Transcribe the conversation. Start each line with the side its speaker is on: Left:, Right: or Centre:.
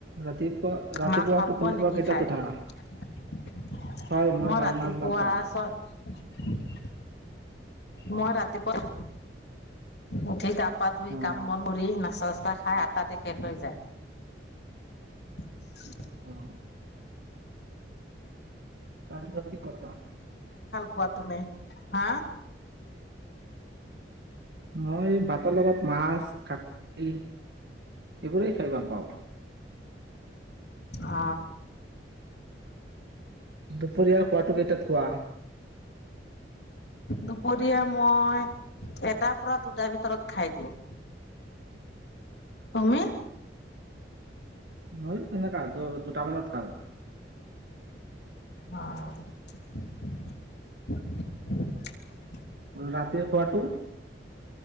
Right: ৰাতিপুৱা ৰাতিপুৱা
Left: মাছ ভাল
Right: টোপনিৰ
Left: পোৱা নেকি
Right: পৰা কেইটাত
Left: খাই?
Right: উঠা
Left: মই
Right: হয় মই ভাল
Left: ৰাতিপুৱা
Right: মাছ ভাল পাওঁ
Left: ছয় মই ৰাতিপুৱা উঠি গাপ পা ধুই
Right: অ
Left: কাম বন কৰি নাচা চাহ খাই আটাতে শেষ হৈ যায়। <inaudible>
Right: অ'। তাৰপিছত কেতিয়াবা
Left: কোৱা তুমি, হাঁ?
Right: মই বাত লগত মাছ কাট-টি এইবোৰেই খাই ভাল পাওঁ।
Left: আ।
Right: দুপৰীয়াৰ খোৱাটো কেইটাত খোৱা?
Left: দুপৰীয়া মই, এটা পৰা দুটা ভিতৰত খাই দিওঁ। কমে।
Right: ময়ো তেনেকা দু-দুটা মানত খাওঁ।
Left: অ'।
Right: ৰাতিৰ খোৱাটো?